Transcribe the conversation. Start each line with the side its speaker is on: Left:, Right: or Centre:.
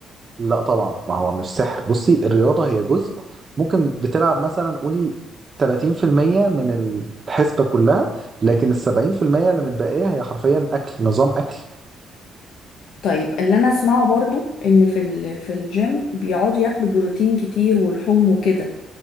Right: لا طبعا ما هو مش سحر بصي الرياضة هي جزء ممكن بتلعب مثلا قولي 30% من الحسبة كلها لكن ال 70% اللي متبقية هي حرفيا أكل نظام أكل
Left: طيب اللي انا اسمعه برضو ان في ال- في الجيم بيقعدوا ياكلوا بروتين كتير ولحوم وكده